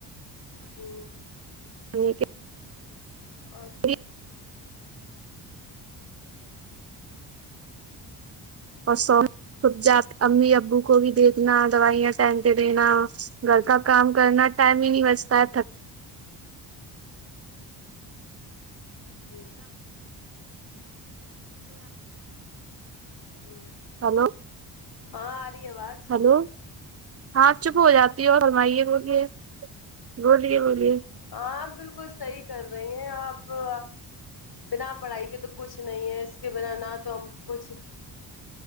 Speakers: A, on the left; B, on the right.
A: ہ
B: <unintelligible>
A: اور
B: لیے اور سو خود ج امی ابو کو بھی دیکھنا دوائیاں ٹائم پ دینا گھر کا کام کرنا ٹائم ہی نہیں بچتا ہے تھک
A: جی ہ
B: ہلو <unintelligible> <inaudible>
A: ہاں ارہی اواز
B: ہیلو ہاں چپ ہو جاتی ہو سمئیے بولیے بولیے بولیے
A: آپ بالکل صحیح کر رہی ہیں آپ ا بنا پڑھائی کے تو کچھ نہیں ہے اس کے بنا نہ تو ہم کچھ